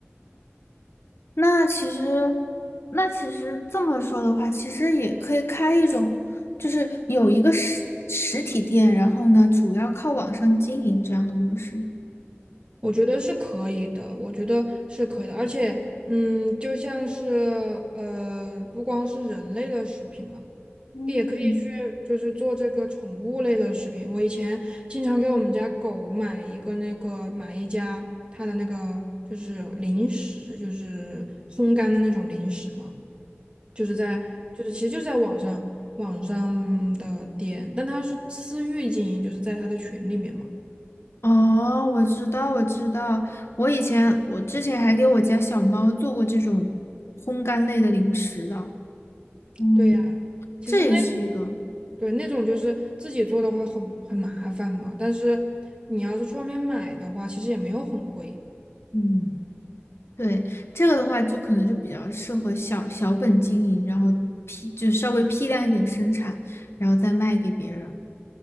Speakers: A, on the left (about 70°); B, on the right (about 25°).
A: 那其实，那其实这么说的话，其实也可以开一种，就是有一个实实体店，然后呢，主要靠网上经营这样的模式。
B: 我觉得是可以的，我觉得是可以的，而且，嗯，就像是呃，不光是人类的食品嘛，
A: 嗯，
B: 也可以去就是做这个宠物类的食品。我以前经常给我们家狗买一个那个买一家它的那个就是零食，就是烘干的那种零食嘛。就是在就是其实就是在网上网上的店，但他是私域经营，就是在他的群里面嘛。
A: 哦，我知道，我知道，我以前我之前还给我家小猫做过这种烘干类的零食的，嗯，
B: 对呀，其实那种
A: 这也是一个，
B: 对那种就是自己做的话很很麻烦嘛，但是你要是去外面买的话，其实也没有很贵。
A: 嗯。对，这个的话，就可能就比较适合小小本经营，然后批就稍微批量一点生产，然后再卖给别人。